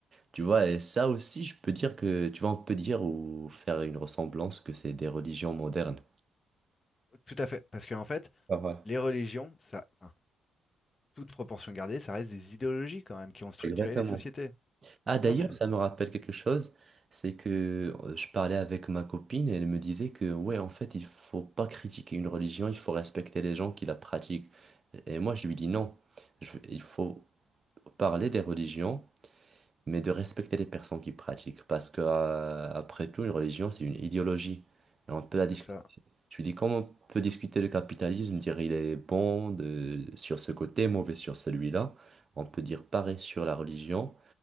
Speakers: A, on the right; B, on the left.
A: Tu vois, et ça aussi, je peux dire que, tu vois, on peut dire ou faire une ressemblance que c'est des religions modernes.
B: Tout à fait, parce qu'en fait,
A: Ah ouais.
B: les religions, ça, enfin, toute proportion gardée, ça reste des idéologies quand même qui ont structuré
A: Exactement.
B: les sociétés.
A: Ah d'ailleurs,
B: Non mais
A: ça me rappelle quelque chose, c'est que euh, je parlais avec ma copine et elle me disait que ouais, en fait, il faut pas critiquer une religion, il faut respecter les gens qui la pratiquent. Et moi, je lui dis non, Je- il faut parler des religions, mais de respecter les personnes qui pratiquent, parce que euh, après tout, une religion, c'est une idéologie. Et on peut la discuter.
B: c'est ça,
A: Je lui dis comment on peut discuter le capitalisme, dire il est bon de- sur ce côté, mauvais sur celui-là. On peut dire pareil sur la religion.